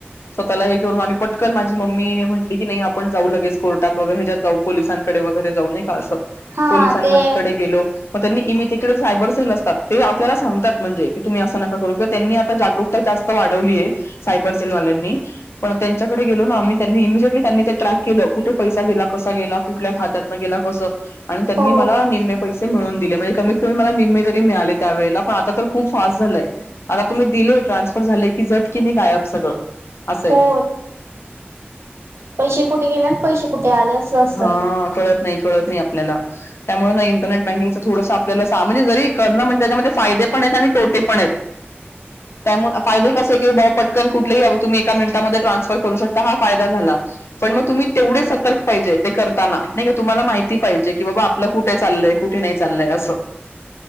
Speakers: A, on the left; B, on the right.
A: स्वतःला हे करून आम्ही पटकन माझ मम्मीने म्हटली की नाही आपण. जाऊ लगेच कोर्टात व ह्याच्यात जाऊ पोलिसांकडे वगैरे जाऊ न का असं
B: हा
A: पोलिसांडे
B: ते
A: गेलो. मग त्यांनी इमितीिककडे सायबर सेल असतात ते आपल्याला सांगतात म्हणजे की तुम्ही असं नका करू किंवा त्यांनीता जागरकता जास्त. आता वाढवली सायबर सेलवाल्यांनी पण त्यांच्याकडे गेलो ना आम्ही त्यांनी इमिजटलीनी्रॅ. केलं कुठे पैसा गेला कसा गेला कुठल्या खात्यातन गेला कसं. आणि त्यांनी
B: हो
A: मला निम्मे पैसे मिळून दिले म्हणजे कमीत कमी मला निम्मे तरी मिळाले त्यावेेळेला पण आता तर. खूप फास्ट झालंय आता तुम्ही दिलेय ट्रान्सफर झाले की जट कि नाही गायब सगळं. असंय
B: हो. पैसे कुठे गेले आणि पैसे कुठे आले अस असतात
A: हा
B: त.
A: कळत नाही कळत नाही आपल्याला त्यामुळे नाही इंटरनेट बँकिंगच थोडस आपल्याला सामने जरी करलं म्हण त्यामध्ये. फायदे पण आहेत आणि तोटे पण आहेत त्यामुळे फायदे कसे क पट. कुठलेहीवे तुम्ही एका मिनटमध्ये ट्रान्सफर करू शता हायदा झाला पण मग तुम्. तेवढे सतर्क पाहिजे ते करताना नाही का तुम्हाला माहिती. पाहिजे की बाबा आपलं कुठे चाललंय कुठे नाही चाललंय असं